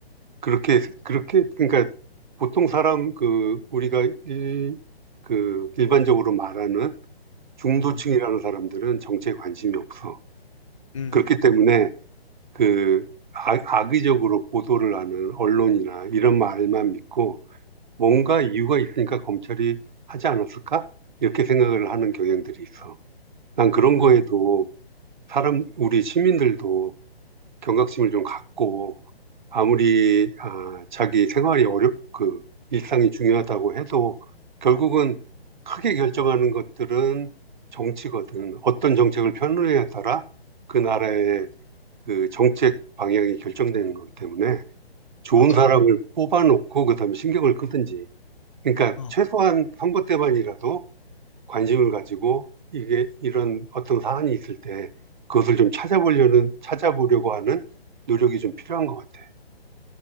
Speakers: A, on the right (about 50°); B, on the left (about 30°).
A: 그렇게, 그렇게, 그러니까 보통 사람, 그, 우리가 일, 그, 일반적으로 말하는 중도층이라는
B: 음,
A: 사람들은 정치에 관심이 없어.
B: 음,
A: 그렇기 때문에 그 악- 악의적으로 보도를 하는 언론이나 이런 말만 믿고 뭔가 이유가 있으니까 검찰이 하지 않았을까? 이렇게 생각을 하는 경향들이 있어. 난 그런
B: 음,
A: 거에도 사람, 우리 시민들도 경각심을 좀 갖고 아무리 아, 자기 생활이 어렵, 그 일상이 중요하다고 해도 결국은 크게 결정하는 것들은 정치거든. 어떤 정책을 펴느냐에 따라 그 나라의 그 정책 방향이 결정되는 거기 때문에 좋은
B: 맞아.
A: 사람을 뽑아놓고 그다음에 신경을 끄든지. 그러니까
B: 어,
A: 최소한 선거 때만이라도 관심을 가지고 이게 이런 어떤 사안이 있을 때 그것을 좀 찾아보려는 찾아보려고 하는 노력이 좀 필요한 것 같아.